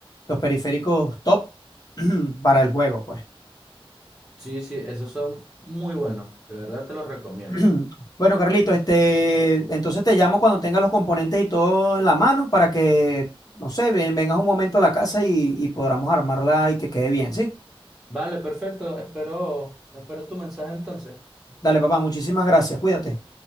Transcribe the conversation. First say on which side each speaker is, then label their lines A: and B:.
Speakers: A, on the left; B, in the centre.
A: los periféricos top <clears throat> para el juego, pues.
B: Sí, sí, esos son muy buenos. De verdad te los recomiendo.
A: <clears throat> Bueno, Carlito, este, entonces te llamo cuando tengas los componentes y todo en la mano para que, no sé, ven- vengas un momento a la casa y, y podamos armarla y que quede bien, ¿sí?
B: Vale, perfecto. Espero, espero tu mensaje entonces.
A: Dale, papá, muchísimas gracias. Cuídate.